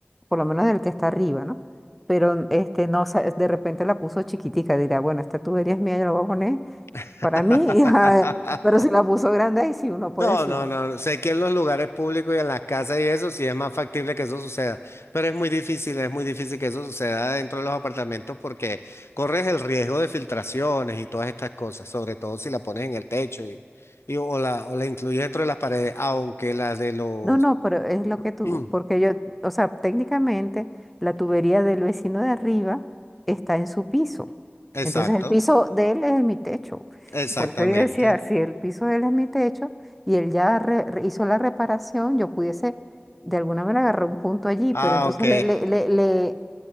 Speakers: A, in the centre; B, on the left.
A: por lo menos del que está arriba, ¿no? Pero este, no, sa- de repente la puso chiquitica, dirá, bueno, esta tubería es mía, yo la voy a poner
B: <laughs>
A: para mí, <laughs> y, ah, pero si la puso grande, ahí sí uno puede
B: No,
A: decir,
B: no,
A: bueno,
B: no. no, Sé que en los lugares públicos y en las casas y eso sí es más factible que eso suceda, pero es muy difícil, es muy difícil que eso suceda dentro de los apartamentos porque corres el riesgo de filtraciones y todas estas cosas, sobre todo si la pones en el techo y, y o la, o la incluyes dentro de las paredes, aunque las de los...
A: No, no, pero es lo que tú,
B: <clears throat>
A: porque yo, o sea, técnicamente la tubería del vecino de arriba está en su piso.
B: Exacto,
A: Entonces el piso de él es mi techo.
B: exactamente.
A: Por eso yo decía, si el piso de él es mi techo y él ya re- re- hizo la reparación, yo pudiese de alguna manera agarrar un punto allí,
B: Ah,
A: pero entonces
B: ok.
A: le, le, le, le-